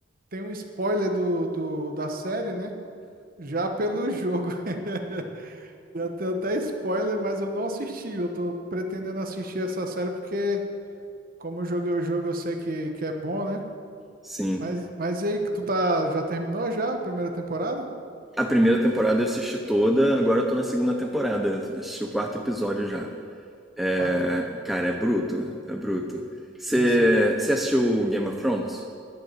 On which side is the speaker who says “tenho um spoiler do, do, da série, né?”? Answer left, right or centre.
Right